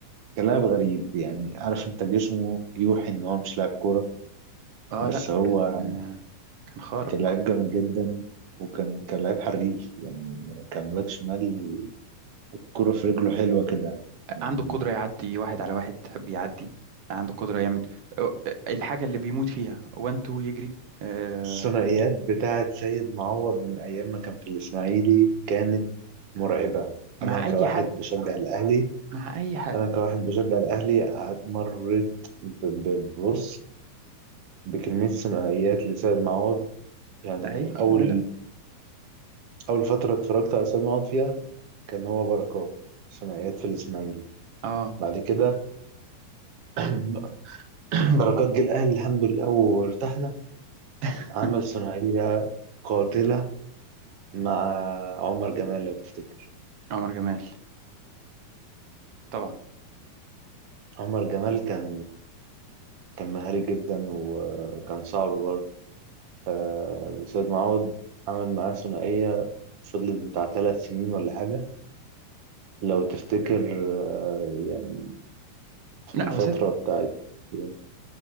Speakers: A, on the right; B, on the right.
A: كلاعب غريب يعني عارف انت جسمه يوحي ان هو مش لاعب كورة
B: اه
A: بس
B: لا
A: هو
B: كان كان خارق
A: كان لعيب جامد جدا وكان كان لعيب حريف يعني كان باك شمال كرة في رجله حلوة كده يعني
B: عنده قدرة يعدي واحد على واحد بيعدي عنده قدرة يعمل الحاجة اللي بيموت فيها وان تو يجري آه،
A: الثنائيات بتاعة سيد معوض من أيام ما كان في الإسماعيلي كانت مرعبة
B: مع
A: أنا كواحد
B: أي حد
A: بشجع الأهلي
B: مع أي حد
A: أنا كواحد بشجع الأهلي قعد- مريت ب- ب- ببص بكمية ثنائيات لسيد معوض يعني
B: ده هي
A: أول
B: لا لا
A: أول فترة اتفرجت على سيد معوض فيها كان هو بركات ثنائيات في الإسماعيلي
B: اه
A: بعد كده <clears throat> بركات جه الأهلي الحمد لله وارتحنا
B: <laughs>
A: عمل ثنائية قاتلة مع عمر جمال لو تفتكر
B: عمر جمال طبعا
A: عمر جمال كان كان مهاري جدا وكان صعب برضه ف- سيد معوض عمل معاه ثنائية فضلت بتاع ثلاث سنين ولا حاجة لو تفتكر آه، يعني في
B: لا
A: الفترة
B: هو سيد
A: بتاعت <laughs>